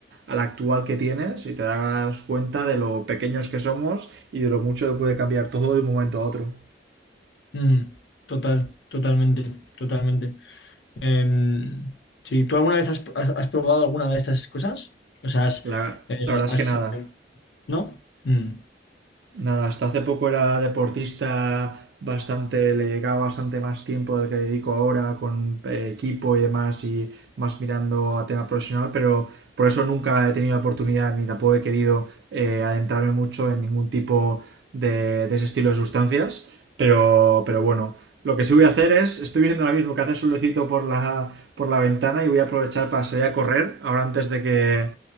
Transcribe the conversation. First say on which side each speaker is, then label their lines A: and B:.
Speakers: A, on the right (about 75°); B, on the left (about 85°).
A: a la actual que tienes y te das cuenta de lo pequeños que somos y de lo mucho que puede cambiar todo de un momento a otro.
B: mm, total, totalmente, totalmente. Em, sí, ¿tú alguna vez has, has- has probado alguna de estas cosas? O sea, has,
A: La,
B: eh,
A: la verdad
B: has-
A: es que nada.
B: ¿no? Mm,
A: Nada, hasta hace poco era deportista bastante, le llegaba bastante más tiempo del que dedico ahora con eh, equipo y demás y más mirando a tema profesional, pero por eso nunca he tenido la oportunidad ni tampoco he querido eh, adentrarme mucho en ningún tipo de, de ese estilo de sustancias, pero, pero bueno, lo que sí voy a hacer es, estoy viendo ahora mismo que hace solecito por la, por la ventana y voy a aprovechar para salir a correr ahora antes de que,